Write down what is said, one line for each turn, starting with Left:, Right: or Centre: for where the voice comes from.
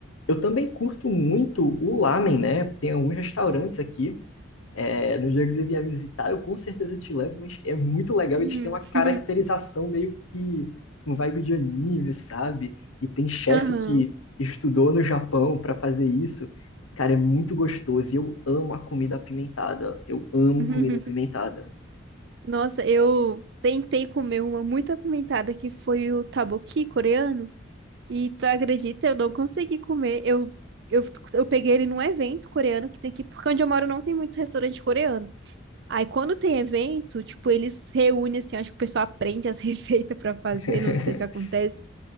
Left: Eu também curto muito o lamen, né? Tem alguns restaurantes aqui É, no dia que você vier me visitar, eu com certeza te levo, mas é muito legal.
Right: Uhum.
Left: Eles têm uma caracterização
Right: <laughs>
Left: meio que com vibe de anime, sabe? E tem chefe
Right: Aham.
Left: que estudou no Japão para fazer isso. Cara, é muito gostoso. E eu amo a comida apimentada. Eu amo
Right: <laughs>
Left: comida apimentada.
Right: Nossa, eu tentei comer uma muito apimentada que foi o taboqui coreano e tu acredita, eu não consegui comer. Eu, eu, eu peguei ele num evento coreano que tem aqui, porque onde eu moro não tem muitos restaurantes coreanos. Aí quando tem evento, tipo, eles reúnem assim, acho que o pessoal aprende as <laughs> receitas pra fazer,
Left: <laughs>
Right: não sei o que acontece.